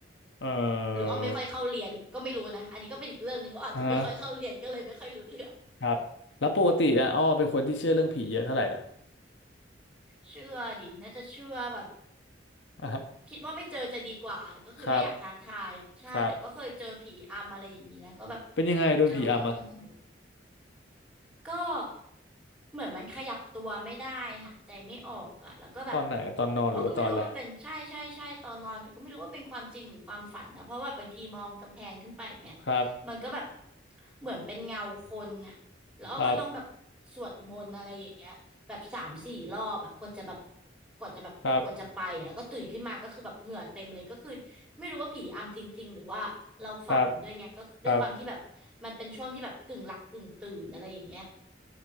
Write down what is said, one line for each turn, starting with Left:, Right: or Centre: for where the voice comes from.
Left: เอ
Centre: หรืออ้อไม่ค่อยเข้าเรียนก็ไม่รู้นะอันนี้ก็เป็นอีกเรื่องหนึ่งว่าอาจจะไม่ค่อยเข้าเรียนก็เลยไม่ค่อยรู้เรื่อง
Left: ออ่าฮะครับแล้วปกติอ่ะอ้อเป็นคนที่เชื่อเรื่องผีเยอะเท่าไหร่เนี่ย
Centre: เชื่อดิน่าจะเชื่อแบบ
Left: อ่าฮะ
Centre: คิดว่าไม่เจอจะดีกว่าก็คือไม่อยากท้าทายอ่ะใช่แต่ก็เคยเจอผีอำอะไรอย่างนี้นะก็แบบ
Left: ครับ ครับเป็นยังไงโดนผีอำอะ
Centre: เจอก็ค่อนข้าง ก็เหมือนมันขยับตัวไม่ได้หายใจไม่ออกอะแล้วก็แบบ
Left: ตอนไหนตอนนอนหรือว่าตอนอะไร
Centre: เราก็ไม่รู้ว่ามันเป็นใช่ใช่ใช่ตอนนอนแต่ก็ไม่รู้ว่าเป็นความจริงหรือความฝันนะเพราะว่าบางทีมองกำแพงขึ้นไปอย่างเงี้ย
Left: ครับ
Centre: มันก็แบบเหมือนเป็นเงาคนอะแล้วก็ต้องแบบสวดมนต์อะไรอย่างเงี้ยแบบสามสี่รอบอะกว่าจะแบบ
Left: ครับ
Centre: กว่าจะแบบกว่าจะไปอะแล้วก็ตื่นขึ้นมาก็คือแบบเหงื่อเต็มเลยก็คือไม่รู้ว่าผีอำจริงๆหรือว่าเราฝันด้วยไงก็ด้วยความที่แบบมันเป็นช่วงที่แบบกึ่งหลับกึ่งตื่นอะไรอย่างเงี้ย
Left: ครับครับครับ